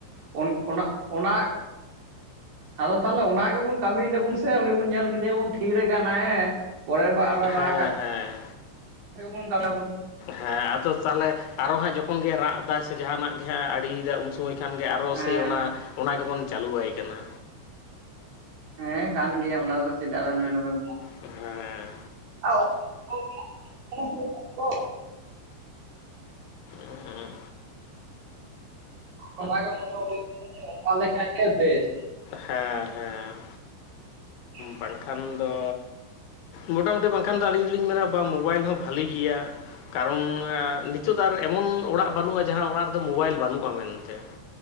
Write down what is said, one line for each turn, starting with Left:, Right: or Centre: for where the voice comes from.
Right: ᱚᱱ ᱚᱱᱟ ᱚᱱᱟ ᱟᱫᱚ ᱛᱟᱦᱚᱞᱮ ᱚᱱᱟ ᱜᱮᱵᱚᱱ ᱠᱟᱹᱢᱤᱭ ᱫᱟᱵᱚᱱ ᱥᱮ ᱩᱱᱤ ᱵᱚᱱ ᱧᱮᱞ ᱠᱮᱫᱮᱭᱟᱵᱚᱱ ᱛᱷᱤᱨ ᱠᱟᱱᱟ ᱦᱮᱸ᱾ ᱯᱚᱨᱮᱨ ᱟᱵᱟᱨ
Left: ᱦᱮᱸ
Right: ᱨᱟᱜᱟ
Left: ᱦᱮᱸ
Right: <unintelligible> ᱠᱟᱢᱤᱭᱟ ᱵᱚᱱ ᱾
Left: ᱦᱮᱸ ᱟᱫᱚ ᱛᱟᱦᱚᱞᱮ ᱟᱨᱚ ᱦᱟᱸᱜ ᱡᱚᱠᱷᱚᱱ ᱜᱮᱭ ᱨᱟᱜ ᱮ ᱫᱟᱭ ᱥᱮ ᱡᱟᱦᱟᱱᱟᱜ ᱜᱮ ᱦᱟᱜ ᱟᱲᱤᱭᱮᱫᱟᱭ ᱩᱱ ᱥᱚᱢᱚᱭ ᱠᱷᱟᱱ ᱜᱮ ᱟᱨᱚ
Right: ᱦᱮᱸ
Left: ᱥᱮᱭ ᱚᱱᱟ ᱚᱱᱟ ᱜᱮᱵᱚᱱ ᱪᱟᱹᱞᱩᱭᱣᱟᱭ ᱠᱟᱱᱟ᱾
Right: ᱦᱮᱸ ᱠᱟᱱ ᱜᱮᱭᱟ ᱚᱱᱟ ᱫᱚ ᱪᱮᱫᱟᱜ ᱵᱮᱱ ᱢᱮᱱᱟ ᱵᱮᱱ᱾
Left: ᱦᱮᱸ᱾
Right: <inaudible>
Left: ᱦᱮᱸ ᱦᱩᱸ
Right: ᱚᱱᱟᱜᱮ ᱢᱚᱱᱮ ᱚᱱᱟ ᱞᱮᱠᱟ ᱜᱮ ᱵᱮᱥ᱾
Left: ᱦᱮᱸ ᱦᱮᱸ᱾
Right: <unintelligible>
Left: ᱵᱟᱲᱠᱷᱟᱱ ᱫᱚ ᱢᱚᱴᱟᱢᱩᱴᱤ ᱵᱟᱝᱠᱷᱟᱱ ᱫᱚ ᱟᱹᱞᱤᱧ ᱫᱚᱞᱤᱧ ᱢᱮᱱᱟ ᱵᱟᱝ ᱢᱳᱵᱟᱭᱤᱞ ᱦᱚᱸ ᱵᱷᱟᱹᱞᱤᱮ ᱜᱮᱭᱟ᱾ ᱠᱟᱨᱚᱱ ᱱᱤᱛᱚᱜ ᱟᱨ ᱮᱢᱚᱱ ᱚᱲᱟᱜ ᱵᱟᱹᱱᱩᱜᱼᱟ ᱡᱟᱦᱟᱸ ᱚᱲᱟᱜ ᱨᱮᱫᱚ ᱢᱳᱵᱟᱭᱤᱞ ᱵᱟᱹᱱᱩᱜᱼᱟ ᱢᱮᱱᱛᱮ᱾